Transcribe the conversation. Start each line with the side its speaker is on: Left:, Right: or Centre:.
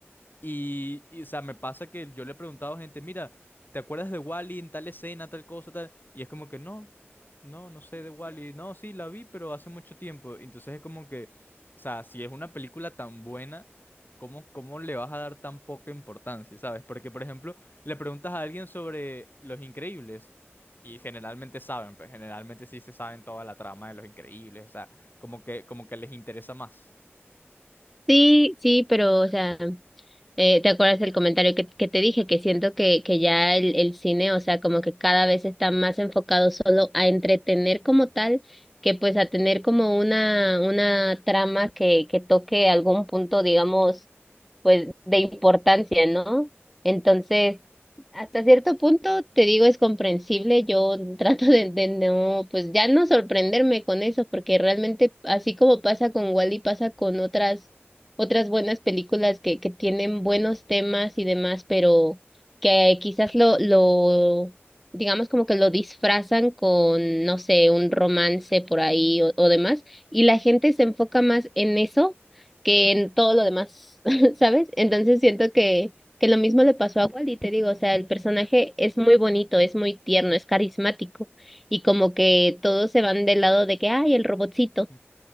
Left: y, y, o sea, me pasa que yo le he preguntado a gente, mira, ¿te acuerdas de Wally en tal escena, tal cosa, tal? Y es como que no, no, no sé de Wally. No, sí, la vi, pero hace mucho tiempo. Entonces es como que, o sea, si es una película tan buena, ¿cómo, cómo le vas a dar tan poca importancia, sabes? Porque, por ejemplo, le preguntas a alguien sobre Los Increíbles y generalmente saben, pues generalmente sí se saben toda la trama de Los Increíbles, o sea, como que, como que les interesa más.
Centre: Sí, sí, pero, o sea, eh, ¿te acuerdas del comentario que, que te dije? Que siento que, que ya el, el cine, o sea, como que cada vez está más enfocado solo a entretener como tal, que pues a tener como una, una trama que, que toque algún punto, digamos, pues de importancia, ¿no? Entonces, hasta cierto punto, te digo, es comprensible. Yo <laughs> trato de, de no, pues ya no sorprenderme con eso, porque realmente así como pasa con Wally, pasa con otras otras buenas películas que, que tienen buenos temas y demás, pero que quizás lo, lo, digamos como que lo disfrazan con, no sé, un romance por ahí o, o demás, y la gente se enfoca más en eso que en todo lo demás, <laughs> ¿sabes? Entonces siento que, que lo mismo le pasó a Wally, te digo, o sea, el personaje es muy bonito, es muy tierno, es carismático, y como que todos se van del lado de que, ay, el robotcito,
Left: <laughs>